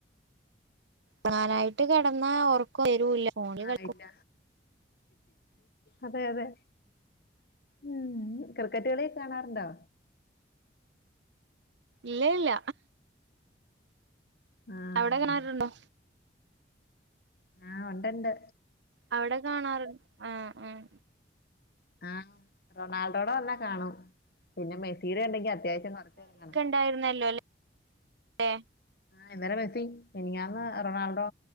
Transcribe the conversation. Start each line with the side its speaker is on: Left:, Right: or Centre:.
Right: ഒറങ്ങാനായിട്ട് കിടന്ന ഉറക്കം വരൂല്ല ഫോണില്
Left: ആഹ
Right: കളിക്കും
Left: ഇല്ല അതെ അതെ ഉം ക്രിക്കറ്റ് കളിയോക്കെ കാണാറുണ്ടോ
Right: ഇല്ല ഇല്ല
Left: ആഹ്
Right: അവിടെ കാണാറുണ്ടോ
Left: ആഹ് ഉണ്ട് ഉണ്ട്
Right: അവിടെ കാണാറ് ആഹ് ആഹ്
Left: ആഹ് റൊണാൾഡോടെ വന്നാൽ കാണും പിന്നെ മെസ്സീടെ ഉണ്ടെങ്കി അത്യാവശ്യം കൊറച്ചൊക്കെ കാണും
Right: ഉണ്ടായിരുന്നല്ലോല്ലെ
Left: ആഹ് ഇന്നലെ മെസ്സി മെനിഞ്ഞാന്ന് റൊണാൾഡോ